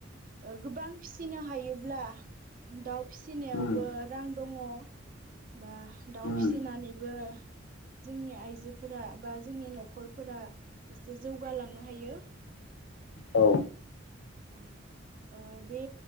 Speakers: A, on the right; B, on the left.
A: ओ गोबां फिसिनो हायोब्ला दाउ फिसिनायावबो
B: उम
A: रां दङ' बा दाउ
B: उम
A: फिसिनानैबो जोंनि आइजोफोरा बा जोंनि न'खरफोरा एसे जौगालांनो हायो।
B: औ।
A: औ। ओ बे